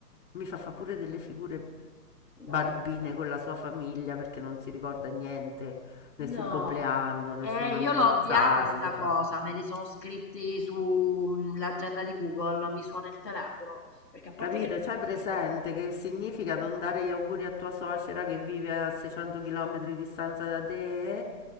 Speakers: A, on the left; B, in the centre.
A: mi fa fa pure delle figure
B: no,
A: barbine
B: vabbè,
A: con la sua famiglia perché non si ricorda niente nessun
B: no.
A: compleanno, nessun
B: E
A: anniversario,
B: io l'ho ovviata sta
A: cioè,
B: cosa, me li sono scritti sull'agenda di Google, mi suona il telefono, perché a
A: capito?
B: parte che loro
A: C'hai
B: sono
A: presente
B: mille mille,
A: che significa non dare gli auguri a tua suocera che vive a 600 km di distanza da te?